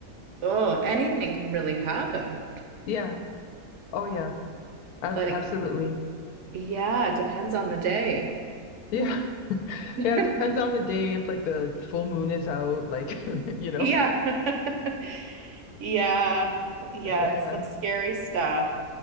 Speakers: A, on the right (about 60°); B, on the left (about 85°).
A: oh, anything can really happen.
B: Yeah. Oh, yeah. Ab
A: Like,
B: absolutely.
A: yeah, it depends on the day.
B: Yeah. <laughs>
A: <laughs>
B: Yeah. It depends on the day if like the full moon is out, like, <laughs> you know.
A: Yeah. <laughs> Yeah. Yeah.
B: Uh, Yeah.
A: Some scary stuff.